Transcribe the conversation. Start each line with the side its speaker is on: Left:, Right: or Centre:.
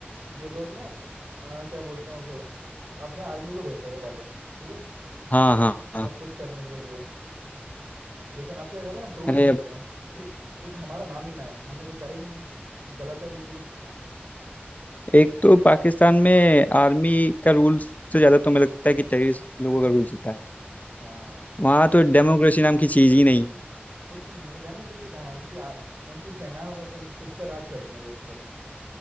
Right: ये लोग ना अ, क्या बोलते हैं उसे अपने आर्मी को भेजते थे पहले ठीक है
Left: हाँ हाँ हाँ।
Right: सब कुछ करने के लिए लेकिन आप क्या कर रहे हैं आप ड्रोन
Left: अरे
Right: भेज
Left: अब
Right: रहे हैं कि कुछ हमारा नाम ही ना है हमने कुछ करा ही नहीं है ये गलत है बिल्कुल ही हम्म
Left: एक तो पाकिस्तान में आर्मी का रूल से ज़्यादा तो मुझे लगता है कि टेररिस्ट लोगों का रूल चलता है
Right: हाँ
Left: वहाँ तो डेमोक्रेसी नाम की चीज़ ही नहीं
Right: कुछ नहीं है डेमोक्रेसी कहाँ है उनकी आ, उनकी सेना उ- उन उस पर राज करती है देश पे